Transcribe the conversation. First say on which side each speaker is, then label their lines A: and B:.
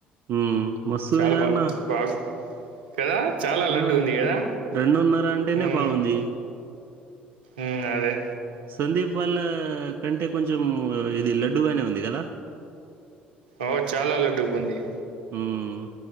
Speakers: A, on the right; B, on the right.
A: ఉమ్ మస్తుంది
B: చాలా
A: కదా
B: బా
A: అన్న
B: బాగు కదా చాలా లడ్డు
A: ఆ
B: ఉంది కదా
A: రెండున్నర అంటేనే
B: ఉమ్
A: బాగుంది
B: ఉమ్ అదే
A: సందీప్ వాళ్ళ కంటే కొంచెం ఇది లడ్డుూగానే ఉంది కదా
B: ఓ చాలా లడ్డూగుంది
A: ఉమ్